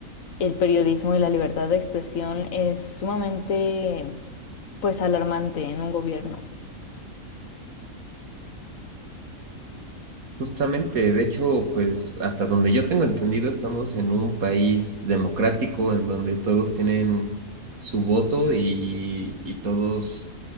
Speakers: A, on the left; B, on the right.
A: el periodismo y la libertad de expresión es sumamente, pues, alarmante en un gobierno.
B: Justamente, de hecho, pues hasta donde yo tengo entendido, estamos en un país democrático en donde todos tienen su voto y, y todos